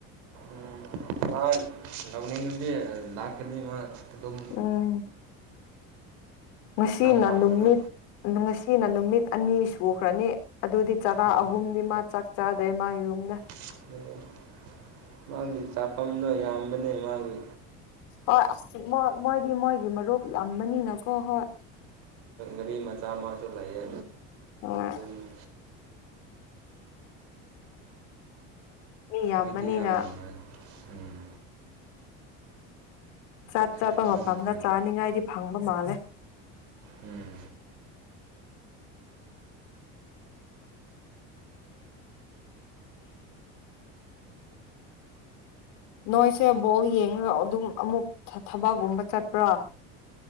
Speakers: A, on the right; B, on the left.
A: ꯎꯝ ꯍꯥꯏ ꯂꯧꯅꯤꯡꯕꯗꯤ ꯂꯥꯛꯀꯅꯤ ꯃꯥ ꯑꯗꯨꯝ
B: ꯎꯝ ꯉꯁꯤꯅ
A: ꯅꯪ ꯍꯥꯏꯒꯅꯨ
B: ꯅꯨꯃꯤꯠ ꯉꯁꯤꯅ ꯅꯨꯃꯤꯠ ꯑꯅꯤ ꯁꯨꯈ꯭ꯔꯅꯤ ꯑꯗꯨꯗꯤ ꯆꯔꯥ
A: ꯑꯣ
B: ꯑꯍꯨꯝꯗꯤ ꯃꯥ ꯆꯥꯛ ꯆꯥꯗ꯭ꯔꯦ ꯃꯥ ꯌꯨꯝꯗ
A: <unintelligible> ꯃꯥꯒꯤ ꯆꯥꯐꯝꯗꯣ ꯌꯥꯝꯕꯅꯦ ꯃꯥꯒꯤ
B: ꯍꯣꯏ <unintelligible> ꯃꯃꯣꯏ ꯃꯣꯏꯗꯤ ꯃꯣꯏꯒꯤ ꯃꯔꯨꯞ ꯌꯥꯝꯕꯅꯤꯅꯀꯣ ꯍꯣꯏ꯫
A: ꯒꯥꯔꯣ ꯃꯆꯥ ꯃꯥꯁꯨ ꯂꯩꯌꯦ꯫
B: <unintelligible>
A: ꯑꯗꯨꯝ
B: ꯃꯤ ꯌꯥꯝꯕꯅꯤꯅ
A: ꯃꯣꯏꯗꯤ ꯌꯥꯝ ꯅꯨꯡꯉꯥꯏ ꯎꯝ꯫
B: ꯆꯥꯠ ꯆꯥꯄ
A: ꯑꯗꯨꯅ
B: ꯃꯐꯝꯗ
A: ꯐꯩ
B: ꯆꯥꯅꯤꯡꯉꯥꯏꯗꯤ ꯐꯪꯕ ꯃꯥꯜꯂꯦ꯫
A: ꯎꯝ꯫
B: <unintelligible> ꯅꯣꯏꯁꯦ ꯕꯣ ꯌꯦꯡꯉꯒ ꯑꯗꯨꯝ ꯑꯃꯨꯛ ꯊ ꯊꯕꯛꯒꯨꯝꯕ ꯆꯠꯄ꯭ꯔꯥ꯫